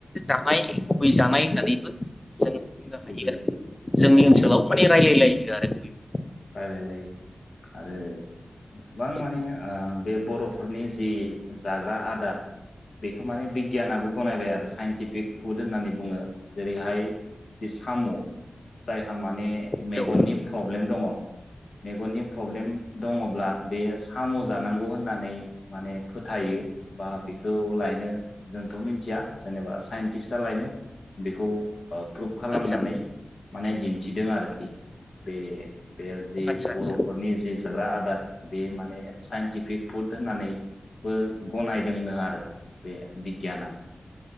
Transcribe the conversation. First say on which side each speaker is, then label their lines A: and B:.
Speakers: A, on the left (about 25°); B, on the left (about 85°).
A: जानाय गुबै जानाय होननानैबो जोङो बुंनो
B: गुबै
A: हायो आरो जोंनि
B: औ
A: ओनसोलाव माने रायजलायलायो आरो बयबो
B: बायलायलाय आरो गोबां
A: बयबो
B: माने ओ बे बरफोरनि जि जाग्रा आदार बेखौ माने बिगियानाबो गनायबाय आरो साइन्टिफिक फुद होननानै बुङो जेरैहाय जि साम जायहा माने
A: औ
B: मेगननि
A: औ
B: प्रब्लेम दङ मेगननि प्रब्लेम दङब्ला बे साम जानांगौ होननानै माने फोथायो बा बेखौ लायनो जोंथ मिथिया जेनेबा साइन्टिस्टआ लायनो बेखौ ओ प्रुभ खालामनानै
A: आदसा
B: माने दिन्थिदों आरोखि बे बे जि
A: आदसा
B: बरफोरनि
A: आदसा
B: जि जाग्रा आदार बे माने साइनटिफिक फुद होननानैबो गनायदोंनो आरो बे बिगियाना